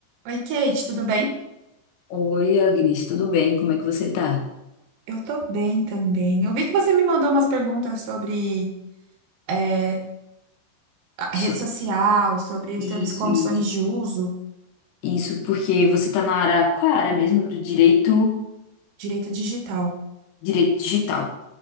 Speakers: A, on the right; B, on the left.
A: Oi, Kate, tudo bem?
B: Oi, Agnes, tudo bem? Como é que você tá?
A: Eu tô bem também. Eu vi que você me mandou umas perguntas sobre é, a
B: So-
A: rede social, sobre os
B: Isso,
A: termos e condições
B: isso,
A: de uso,
B: isso, porque você tá na área, qual é a área mesmo do direito,
A: direito digital.
B: direito digital.